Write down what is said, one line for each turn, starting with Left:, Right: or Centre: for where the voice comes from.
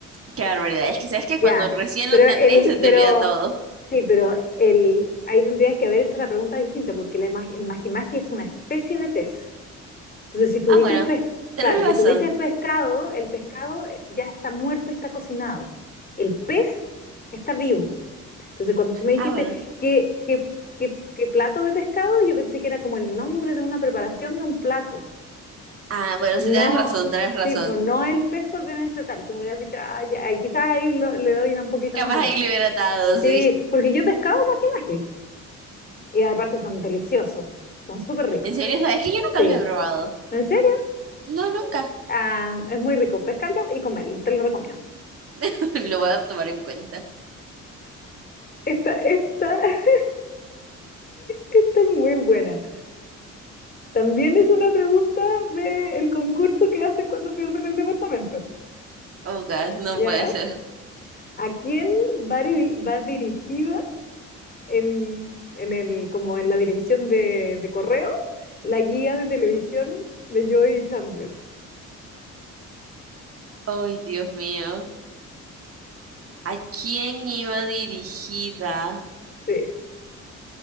Right: Qué barbaridad. Es que sabes que cuando
Left: Ya,
Right: recién
Left: pero
Right: lo tenés
Left: el,
Right: se te
Left: pero
Right: olvida todo.
Left: sí, pero el, ahí tendrías que haber hecho una pregunta distinta, porque la ima- el magimagi es una especie de pez. Entonces, si tú
Right: Ah,
Left: dices
Right: bueno,
Left: pez,
Right: tenés
Left: claro,
Right: razón.
Left: si tú dices pescado, el pescado eh, ya está muerto y está cocinado. El pez está vivo. Entonces, cuando tú me dijiste
Right: Ah, bueno.
Left: que, qué, qué, qué plato de pescado, yo pensé que era como el nombre de una preparación de un plato.
Right: Ah, bueno,
Left: No,
Right: sí tenés razón, tenés razón.
Left: sí, pero no el pez por bienestar. Si me hubieras dicho, ah, ya, eh, quizás ahí lo- le doy una un poquito
Right: Capaz
Left: más de vuelta.
Right: ahí le hubiera dado,
Left: Sí,
Right: sí.
Left: porque yo he pescado maje maje. Y aparte son deliciosos. Son súper ricos.
Right: En serio, sabes que yo nunca
Left: Sí.
Right: los he probado.
Left: ¿En serio?
Right: No, nunca.
Left: Ah, es muy rico pescarlo y comerlo. Te lo recomiendo.
Right: <laughs> Lo voy a tomar en cuenta.
Left: Esta, esta, <laughs> esta es muy buena. También es una pregunta del concurso que hacen cuando pierden el departamento.
Right: Oh, God, no
Left: ¿Ya?
Right: puede ser.
Left: ¿A quién va, diri- va dirigida en, en el, como en la dirección de, de correo la guía de televisión de Joey y Chandler?
Right: Ay, Dios mío. ¿A quién iba dirigida?
Left: Sí.